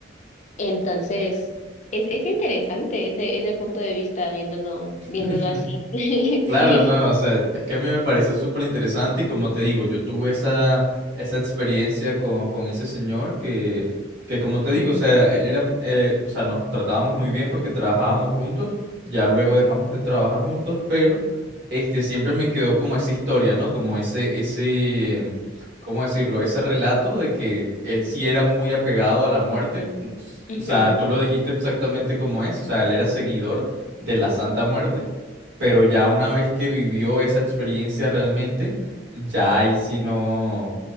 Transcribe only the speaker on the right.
<laughs>
Claro,
no, o sea, es que a mí me parece súper interesante y como te digo, yo tuve esa, esa experiencia con, con ese señor que, que como te digo, o sea, él era, eh, o sea, nos tratábamos muy bien porque trabajábamos juntos, ya luego dejamos de trabajar juntos, pero este siempre me quedó como esa historia, ¿no? Como ese, ese, ¿cómo decirlo? Ese relato de que él sí era muy apegado a la muerte,
o sea, tú lo dijiste exactamente como es, o sea, él era seguidor de la Santa Muerte pero ya una vez que vivió esa experiencia realmente, ya ahí sí no,